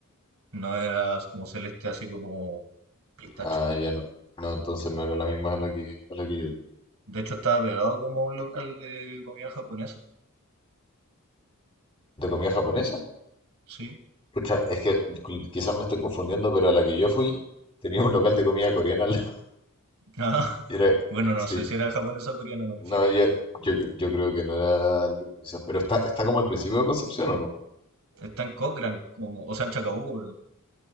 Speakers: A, on the right; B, on the left.
A: No era como celeste, así como pistacho.
B: Ah, ya no. No, entonces no era la misma a la que, a la que yo.
A: De hecho, estaba pegado como a un local de comida japonesa.
B: ¿De comida japonesa?
A: Sí.
B: Pucha, es que cu- quizás me estoy confundiendo, pero a la que yo fui tenía un local de comida coreana al lado. <laughs>
A: Ah, <laughs>
B: Y era,
A: bueno,
B: sí.
A: no sé si era japonesa o coreana, no me fijé.
B: No, ya- yo, cre- yo creo que no era el mismo, quizás. Pero está, está como al principio de Concepción, ¿o no?
A: Está en Cochrane, como, o sea, en Chacabuco, perdón.